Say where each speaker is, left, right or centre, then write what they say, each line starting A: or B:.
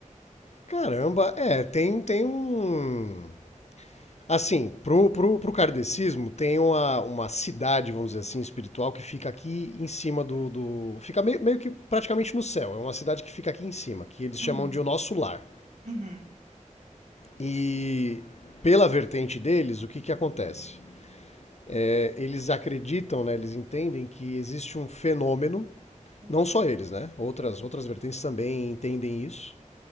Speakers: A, on the left; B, on the right.
A: Caramba, é, tem, tem um. Assim, pro, pro, pro kardecismo tem uma, uma cidade, vamos dizer assim, espiritual que fica aqui em cima do. do fica meio, meio que praticamente no céu. É uma cidade que fica aqui em cima, que eles
B: Uhum,
A: chamam de o nosso lar.
B: uhum,
A: E pela vertente deles, o que, que acontece? É, eles acreditam, né, eles entendem que existe um fenômeno,
B: uhum,
A: não só eles, né? Outras,
B: uhum.
A: outras vertentes também entendem isso,